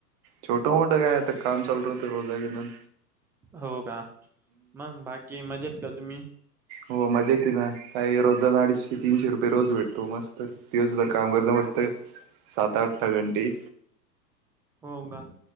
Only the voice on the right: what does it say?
छोटं मोठं काय आता काम चालू राहतं रोजागेनं.
हो मजा येते ना, काही रोजांना अडीशे तीनशे रुपये रोज भेटतो मस्त, दिवसभर काम करलं म्हट सात आठता घंटी,